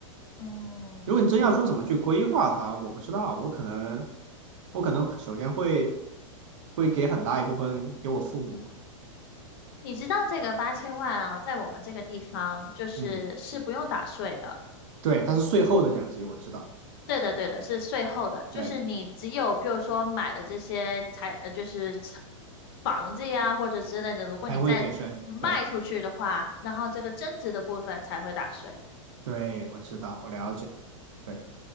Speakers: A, on the left; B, on the right.
A: 嗯，
B: 如果你真要说怎么去规划它，我不知道，我可能我可能首先会会给很大一部分给我父母吧，
A: 你知道这个八千万啊，在我们这个地方就是是不用打税的。
B: 嗯，对，它是税后的奖金，我知道，
A: 对的，对的，是税后的，就是你只有比如说买了这些财，
B: 对，
A: 呃，就是财房子呀或者之类的，如果你再卖出去的话，
B: 还会给税，对
A: 然后这个增值的部分才会打税。
B: 对，我知道，我了解。对。